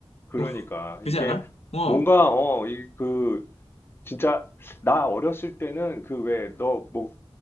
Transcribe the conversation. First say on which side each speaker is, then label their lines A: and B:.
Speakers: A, on the left; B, on the left.
A: 그러니까
B: <laughs> 그지
A: 이게
B: 않아? 어.
A: 뭔가 어 이 그 진짜 나 어렸을 때는 그 왜 너 뭐